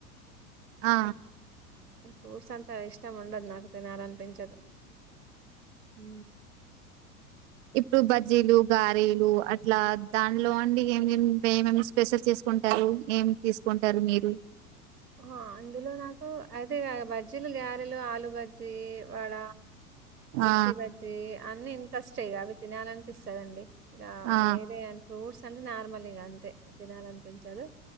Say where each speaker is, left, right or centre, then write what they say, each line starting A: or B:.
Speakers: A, on the right; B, on the right.
A: ఆ
B: ఫ్రూట్స్ అంతా ఇష్టం ఉండదు నాకు తినాలనిపించదు, ఉ
A: ఇప్పుడు బజ్జీలు గారేలు అట్లా దాంట్లో అండి ఏమి స్పెషల్ చేసుకుంటారు ఏం తీసుకుంటారు మీరు
B: ఆ అందులో నాకు అయితే బజ్జీలు, గ్యారెలు, ఆలుూ బజ్జీ, వడ మిర్చి
A: ఆ
B: బజ్జీ అన్నీ ఇంకా ఇంట్రెస్టే అవి తినాలనిపిస్తందండి. ఇంకా
A: ఆ
B: వేరే అ ఫ్రూట్స్ అంటే నార్మల్ ఇగా అంతే తినాలనిపించదు